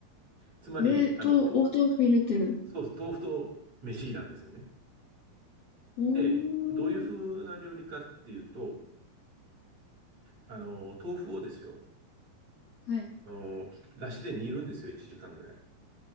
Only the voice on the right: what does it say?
つまり、
あの、と、
そうです。豆腐と飯なんですよね。
で、どういう風な料理かっていうと、あの、豆腐をですよ。
あの、だしで煮るんですよ、1時間ぐらい。